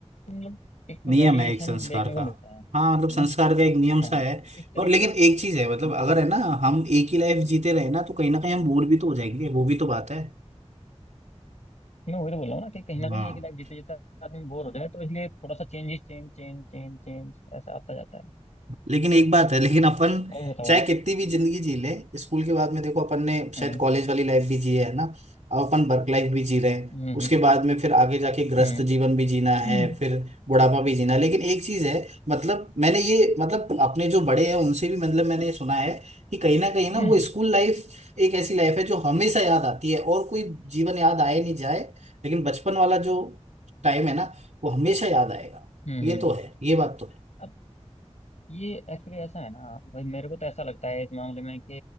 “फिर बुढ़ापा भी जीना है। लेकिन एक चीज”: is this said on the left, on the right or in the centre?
Right